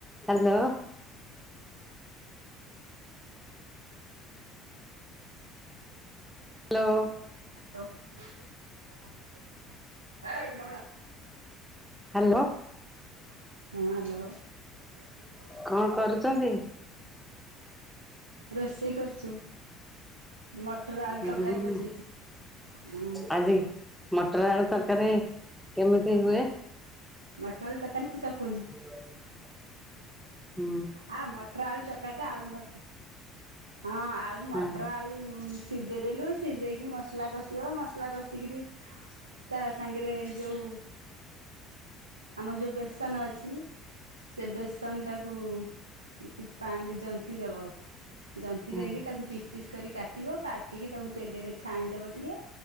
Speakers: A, in the centre; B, on the right (about 85°).
A: Hello. Hello.
B: <unintelligible>
A: Hello.
B: ହଁ hello. <unintelligible>
A: କଣ କରୁଛନ୍ତି?
B: ରୋଷେଇ କରିଚୁ। ମଟର ଆଳୁ
A: ହୁଁ
B: ତରକାରୀ ବସେଇଚି ଉଁ।
A: ଆଜି ମଟର ଆଳୁ ତରକାରୀ କେମିତି ହୁଏ?
B: ଆ ମଟର ତରକାରୀ କୁ ଚକୁଳି।
A: <inaudible> ହୁଁ
B: ଆ ମଟର୍ ଆଳୁ ତରକାରୀ ଟା ଆଳୁ ମଟ୍ ହଁ ଆଳୁ ମଟର
A: ହଁ
B: ଆଳୁ ସିଜେଇ ଦେଲୁ ସିଜେଇ କି ମସଲା କଷିବ ମସ୍ ଲା କସି କିରି ତା ସାଙ୍ଗରେ ଯୋଉ ଆମର ଯୋଉ ବେସନ ଅଛି ସେ ବେସ୍ ନ ଟାକୁ କିଛି ପାଣିରେ ଜନ୍ତି ଦବ ଜନ୍ତି
A: ହୁଁ
B: ଦେଇକି ତାକୁ ପିସ୍ ପିସ୍ କରି କାଟିବ କାଟିକି ତାକୁ ତେଲରେ ଛାଣିଦବ ଟିକେ